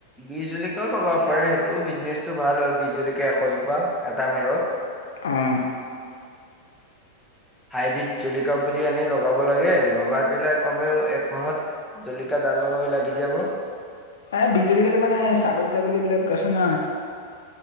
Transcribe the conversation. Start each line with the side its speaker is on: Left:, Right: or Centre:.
Centre: বিহ জলিকাও লগাব পাৰে সেই তটো বিজনেচটো ভাল হয় বিহজলকিয়া এশজোপা এটা মেৰত
Left: আহ।
Centre: হাইব্ৰীড জলকিয়া পুলি আনি লগাব লাগে, লগাই পেলাই কমেও একমাহত জল ডাঙৰ হৈ লাগি যাব।
Left: এ বিহ জলকীয়া কেইটা মানে ছাগলী ছাগলী বিলাক আছে ন।